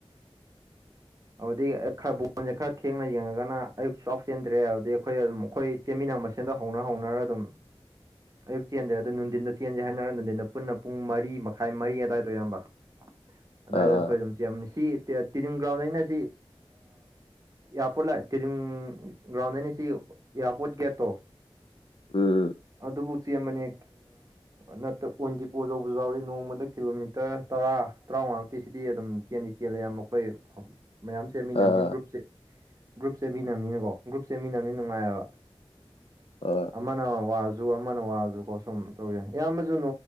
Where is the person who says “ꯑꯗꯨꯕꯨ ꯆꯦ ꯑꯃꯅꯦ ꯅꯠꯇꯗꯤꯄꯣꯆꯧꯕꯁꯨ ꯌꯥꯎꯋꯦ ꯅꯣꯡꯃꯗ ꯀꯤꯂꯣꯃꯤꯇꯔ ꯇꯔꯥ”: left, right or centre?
Right